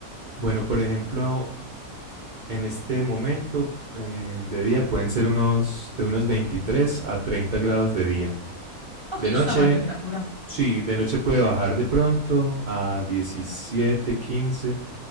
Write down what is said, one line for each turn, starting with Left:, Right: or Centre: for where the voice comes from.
Right: Bueno, por ejemplo, en este momento eh, de día pueden ser unos de unos 23 a 30 grados de día.
Left: Ok,
Right: De
Left: es
Right: noche,
Left: una buena temperatura.
Right: sí, de noche puede bajar de pronto a 17 15,